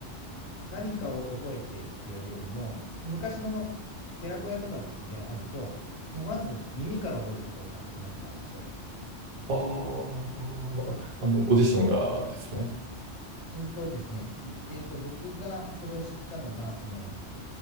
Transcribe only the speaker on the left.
何かを覚えてってやるよりも、昔の寺子屋とかで、であると、もうまず耳から覚えるところから始まってたんですよ。
うんとですね、えーと、僕がそれを知ったのが、その、